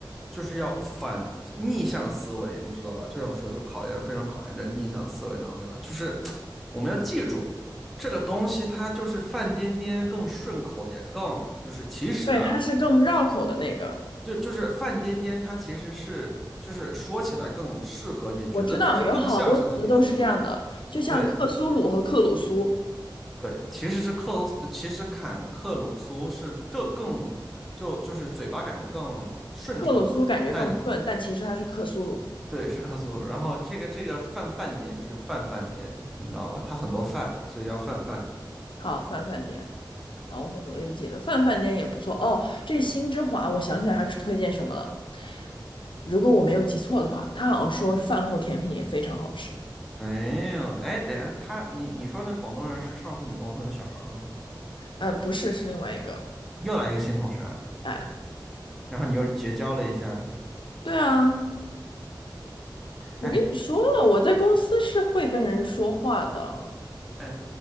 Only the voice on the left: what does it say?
对，它是更绕口的那个。
我知道有好多词都是这样的，就像克苏鲁和克鲁苏，
克鲁苏感觉更顺，
但其实它是克苏鲁。
好，饭饭店，好，
我会努力记得。饭饭店也不错哦。这个新之华，我想起来还是推荐什么了。如果我没有记错的话，他好像说是饭后甜品也非常好吃。
呃，不是，是另外一个。
哎，
对啊，我跟你说了，
我在公司是会跟人说话的